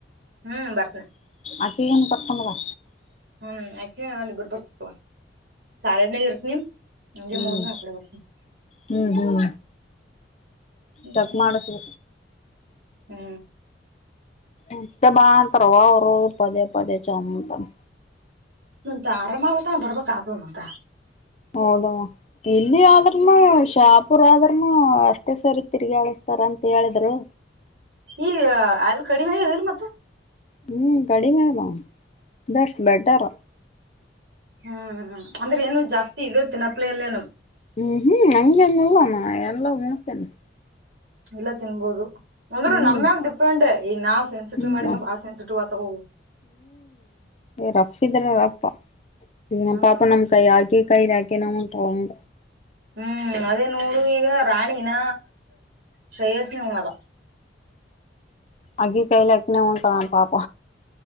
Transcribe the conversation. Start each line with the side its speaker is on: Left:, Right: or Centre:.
Right: ಹ್ಮ್ ಬರ್ತನ
Left: ಅಕ್ಕಿ ಏನು ಕರ್ಕೊಂಡ ಬಾ.
Right: ಹ್ಮ್ ಯಾಕೆ ಇಬ್ಬರು ಬರ್ತಿತ್ವ ಕಾಲೇಜನಾಗ ಇರ್ತ್ನೀ. ಹಂಗೆ
Left: ಹ್ಮ್
Right: ಮುಗ್ದ್ ಮ್ಯಾಗ್ ಆಕಡೆ ಬರ್ತನ್
Left: ಹ್ಮ್ ಹ್ಮ್
Right: ಹ್ಮ್
Left: ತಕ್ ಮಾಡಸಬೇ
Right: ಹ್ಮ್
Left: ಮತ ಬಾಂತರವಾ ಅವ್ರು ಪದೇ ಪದೇ ಚಾಮಂತಮ್
Right: ನಂತ ಆರಾಮ ಆಗ್ಬಕನ ಬರ್ಬೇಕ್ ಆದು ನಂತ
Left: ಹೌದವಾ ಇಲ್ಲಿ ಆದ್ರನು ಶಾಪುರ ಆದ್ರನು ಅಷ್ ಮತ್ತೆ ಸರಿ ತಿರ್ಗಿ ಆಳಸ್ತಾರ ಅಂತ ಹೇಳಿದ್ರು
Right: ಈಗ ಅಲ್ ಕಡಿಮೆ ಅಗಿದಿಲ್ ಮತ್ತ?
Left: ಹ್ಮ್ ಕಡಿಮೆಲ ದಷ್ಟ್ ಬೆಟರ್
Right: ಹ್ಮ್ ಅಂದ್ರೆ ಏನು ಜಾಸ್ತಿ ಇದ್ರ ತಿನ್ನಪ್ಲ ಲ್ಲೇನು
Left: ಹ್ಮ್ ಹ್ಮ್ ಹಂಗಂಗಲ್ಲಾನ ಎಲ್ಲ ಉಣ್ತೆನಿ.
Right: ಇಲ್ಲ ತಿನ್ಬೋದು ಅಂದ್ರೂ
Left: ಹ್ಮ್
Right: ನಮ್ಯಾಗ ಡಿಪೆಂಡ್ ಈಗ ನಾವ್ ಸೆನ್ಸಿಟಿವ್
Left: ಹ್ಮ್
Right: ಮಾಡಿದ ಬಾಳ ಸೆನ್ಸಿಟಿವ್ ಆತಾವವ
Left: ರಫಿದ್ರ ರಪ್ಪ ಈ
Right: ಹ್ಮ್
Left: ನಮ್ಮ ಪಾಪ
Right: ರಫ್
Left: ನಮ ಕೈ ಹಾಕಿ ಕೈಲಿ ಹಾಕಿ ನಮ ತಗೊಂಡ
Right: ಹ್ಮ್ ಅದೇ ನೋಡು ಈಗ ರಾಣಿನ ಶ್ರೇಯಸ್ನ ಹುಣಲ್ಲ.
Left: ಅಗಿ ಕೈಲಿಕ್ಕನೇ ಉಂಟಳ ಪಾಪ